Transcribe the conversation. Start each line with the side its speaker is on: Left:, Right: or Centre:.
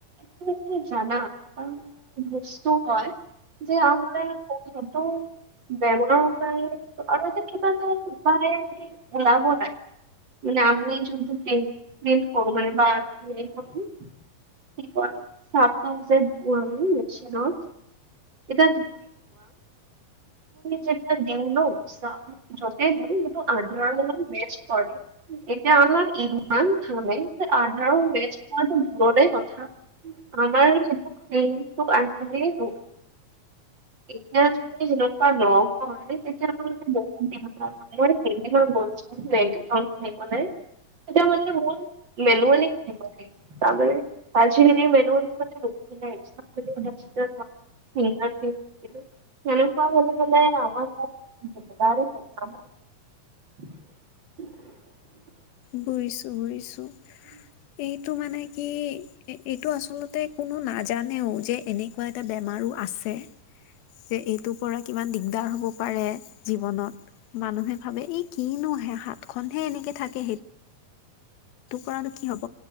Right: <unintelligible> বস্তু হয়। যে আমাৰ <unintelligible> <unintelligible> লাগে। নামে যোনটো <unintelligible> কি কৰি <unintelligible> এতিয়া <unintelligible> <unintelligible> আমি যেতিয়া দিও ন <unintelligible> আধাৰ লগত মেস্তচ কৰে। এতিয়া আমাৰ ইমান ঘামে আধাৰ মেষ্ট কৰটো দূৰৰে কথা। আমাৰ <unintelligible> এতিয়া যদি <unintelligible> <unintelligible> এতিয়া মানে মোৰ <unintelligible> তাৰ মানে <unintelligible> হেনেকুৱা হৈ গ'লে <unintelligible> <inaudible>
Left: বুইিছো বুজিছো এইটো মানে কি এইটো আচলতে কোনো নাজানেও যে এনেকুৱা এটা বেমাৰো আছে। যে এইটোৰ পৰা কিমান দিগদাৰ হ'ব পাৰে জীৱনত। মানুহে ভাবে এই কিনোহে হাতখনহে এনেকে থাকে। সেইটো সেইটো পৰানো কি হ'ব।